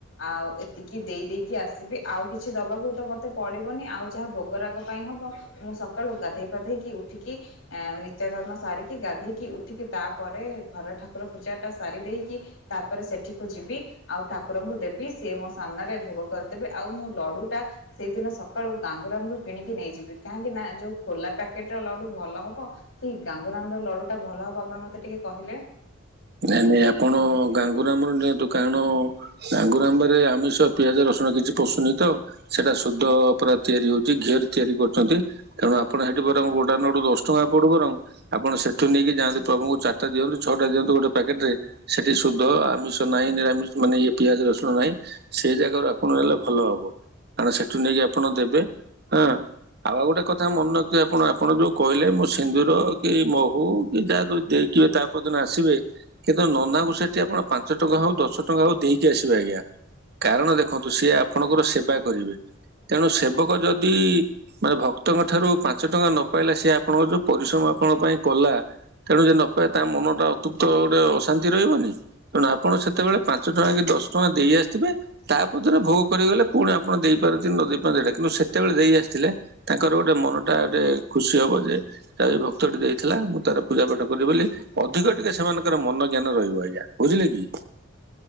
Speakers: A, on the left; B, on the right.
A: ଆଉ ଏତିକି ଦେଇ ଦେଇକି ଆସିବି। ଆଉ କିଛି ଦବାକୁ ତ ମତେ ପଡିବନି। ଆଉ ଯାହା ଭୋଗ ରାଗ ପାଇଁ ହବ ମୁଁ ସକାଳୁ ଗାଧେଇ ପାଧେଇକି ଉଠିକି ଏଁ, ନିତ୍ୟକର୍ମ ସାରିକି ଗାଧେଇକି ଉ ଠିକି ତାପରେ ଘର ଠାକୁର ପୂଜା ଟା ସାରି ଦେଇକି ତାପରେ ସେଠିକୁ ଯିବି। ଆଉ ଠାକୁରଙ୍କୁ ଦେବି ସେ ମୋ ସାମ୍ନାରେ ଭୋଗ କରିଦେବେ। ଆଉ ମୁଁ ଲଡୁ ଟା ସେଇଦିନ ସକାଳୁ ଗାଙ୍ଗୁରାମରୁ କିଣିକି ନେଇଯିବି। କାହିଁକି ନା ଯୋଉ ଖୋଲା ପ୍ୟାକେଟ୍ ର ଲଡୁ ଭଲ ହବ କି ଗାଙ୍ଗୁରାମ ର ଲଡୁ ଟା ଭଲ ହବ ଆପଣ ମୋତେ ଟିକେ କହିଲେ?
B: ନାଇଁ ନାଇଁ ଆପଣ ଗାଙ୍ଗୁରାମ ରୁ ନିଅନ୍ତୁ। କାରଣ ଗଙ୍ଗୁରାମରେ ଆମିଷ ପିଆଜ ରସୁଣ କିଛି ପଷୁନି ତ। ସେଟା ସୁଧ ପୁରା ତିଆରି ହଉଚି, ଘିଅ ରେ ତିଆରି କରୁଛନ୍ତି। ତେଣୁ ଆପଣ ସେଠି ବରଂ ଗୋଟା ନଡୁ ଦଶ ଟଙ୍କା ପଡୁ ବରଂ ଆପଣ ସେଠୁ ନେଇକି ଯାଆନ୍ତୁ ପ୍ରଭୁଙ୍କୁ ଚାଟା ଦିଅନ୍ତୁ, ଛଅଟା ଦିଅନ୍ତୁ, ଗୋଟେ ପ୍ୟାକେଟ୍ ରେ ସେଠି ସୁଧ ଆମିଷ ନାହିଁ ନିରାମିଷ ମାନେ ଇଏ ପିଆଜ ରସୁଣ ନାହିଁ। ସେଇ ଜାଗାରୁ ଆପଣ ନେଲେ ଭଲ ହବ। କାରଣ ସେଠୁ ନେଇକି ଆପଣ ଦେବେ ଆଁ, ଆଉ ଆଉ ଗୋଟେ କଥା ମନେ ରଖିଥିବେ ଆପଣ। ଆପଣ ଯୋଉ କଇଲେ ମୁଁ ସିନ୍ଦୁର କି ମହୁ କି ଯା ସବୁ ଦେଖିବେ ତା କୋଉଦିନ ଆସିବେ? କିନ୍ତୁ ନନା କୁ ସେଠି ଆପଣ ପାଞ୍ଚ ଟଙ୍କା ହଉ ଦଶ ଟଙ୍କା ହଉ ଦେଇକି ଆସିବେ ଆଜ୍ଞା। କାରଣ ଦେଖନ୍ତୁ ସିଏ ଆପଣଙ୍କର ସେବା କରିବେ। ତେଣୁ ସେବକ ଯଦି ମାନେ ଭକ୍ତଙ୍କ ଠାରୁ ପାଞ୍ଚ ଟଙ୍କା ନ ପାଇଲା ସିଏ ଆପଣଙ୍କର ଯୋଉ ପରିଶ୍ରମ ଆପଣଙ୍କ ପାଇଁ କଲା। ତେଣୁ ଯିଏ ନପାଇ ତା ମନ ଟା ଅତୁପ୍ତ ଗୋଟେ ଅଶାନ୍ତି ରହିବନି। ତେଣୁ ଆପଣ ସେତେବେଳେ ପାଞ୍ଚ ଟଙ୍କା କି ଦଶ ଟଙ୍କା ଦେଇ ଆସିଥିବେ। ତାପଦରେ ଭୋଗ କରିଗଲେ ପୁଣି ଆପଣ ଦେଇପାରନ୍ତି ନ ଦେଇ ପାରନ୍ତି ସେଟା। କିନ୍ତୁ ସେତେବେଳେ ଦେଇ ଆସିଥିଲେ ତାଙ୍କର ଗୋଟେ ମନ ଟା ଗୋଟେ ଖୁସି ହବ ଯେ ତାଇ ଭକ୍ତଟି ଦେଇଥିଲା ମୁଁ ତାର ପୂଜା ପାାଠ କରିବି ବୋଲି। ଅଧିକ ଟିକେ ସେମାନଙ୍କର ମନ ଜ୍ଞାନ ରହିବ ଆଜ୍ଞା। ବୁଝିଲେ କି?